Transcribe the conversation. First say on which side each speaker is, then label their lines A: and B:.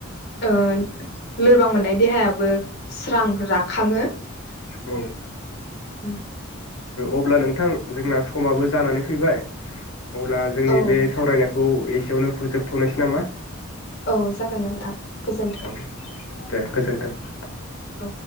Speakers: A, on the left (about 50°); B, on the left (about 70°).
A: ओ लोरबां मोननाय देहायाबो स्रां राखङो
B: औ
A: औ
B: अब्ला नोंथां जोंना समाबो जानानै फैबाय अब्ला जोंनि
A: औ
B: बे
A: नोंथां
B: सावरायनायखौ एसे सेयावनो फोजोबथ'नोसै नामा
A: औ जागोन नोंथां गोजोन्थों
B: औ दे गोजोनथों <inaudible>
A: औ